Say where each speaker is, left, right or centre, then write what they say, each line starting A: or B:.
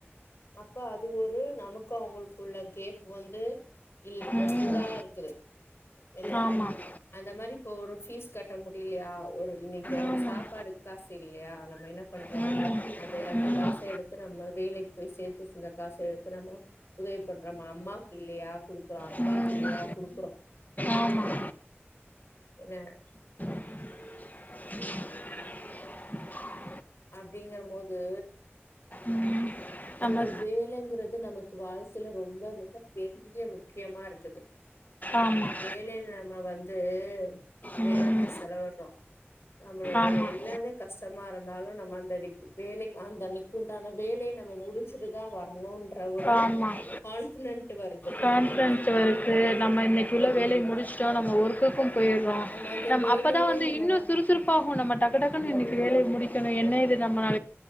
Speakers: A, on the left; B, on the left.
A: அப்ப அது ஒரு நமக்கு அவங்களுக்குள்ள கேப் வந்து இல்
B: ம்
A: இதாருக்கு என்ன
B: ஆமாம்
A: அந்த மாரி இப்ப ஒரு பீஸ் கட்ட முடியலையா ஒரு இன்னைக்கான
B: ஆமாம்
A: சாப்பாடு காசு இல்லையா நம்ம என்ன பண்றோ
B: ம்
A: அது அந்த
B: ம் ம்
A: காச எடுத்து நம்ப வேலைக்கு போய் சேர்த்துவச்சிருந்த காசு எடுத்து நம்ம உதவி பண்றோ அம்மாக்கு இல்லையா குடுக்குறோ அப்பாவுக்கு
B: ம்
A: இல்லையா
B: ம்
A: குடுக்குறோ
B: ஆமாம்
A: என்ன
B: <inaudible>
A: அப்படிங்கற மோது
B: ம் நம்ம
A: அந்த வேலைங்கிறது நமக்கு வாழ்க்கையில ரொம்ப மிக பெரிய முக்கியமா இருக்குது
B: ஆமாம்
A: வேலையில நம்ம வந்து
B: ம்
A: நேரத்தை செலவிடுறோம் நம்மளோட
B: ஆமாம்
A: என்னன்ன கஷ்டமா இரு இருந்தாலும் நம்ம அந்த அன்ணைக்கு வேலைக்கு அந்த அன் ணைக்கு உண்டான வேலையை நம்ம முடிச்சதுதான் வரணும்ன்ற ஒரு
B: ஆமாம்
A: கான்பிடன்ட் வருது நமக்கு
B: கான்ஃபரன்ஸ் ஒர்க்கு நம்ம இன்னைக்குள்ள வேலைய முடிச்சுட்டோம் நம்ம ஒர்க்கு போயிறோ
A: நம்ம அந்த
B: நம்
A: வேலையிலயே
B: அப்பதான் வந்து
A: நம்ம
B: இன்னோ சுறுசுறுப்பாகோ நம்ம டக்கு டக்குன்னு இன்னைக்கு வேலையை முடி என்ன இது நம்ம நா